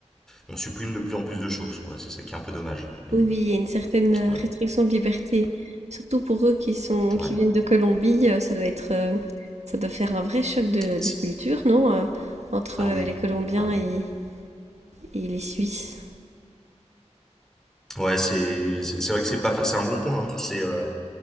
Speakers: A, in the centre; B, on the right.
A: on supprime de plus en plus de choses, quoi. C'est ça qui est un peu dommage. Mais
B: Oui, oui,
A: bon,
B: il y a une certaine euh,
A: voilà.
B: restriction de liberté, surtout pour eux qui sont,
A: Ouais.
B: qui viennent de Colombie. euh, ça doit être, euh, ça doit faire un vrai choc de, de
A: C'est-
B: culture, non? euh, entre
A: Ah
B: euh,
A: oui.
B: les Colombiens
A: Ouais, ouais.
B: et, et les Suisses.
A: Ouais, c'est, c'est c'est vrai que c'est pas, c'est un bon point. hein. C'est, euh,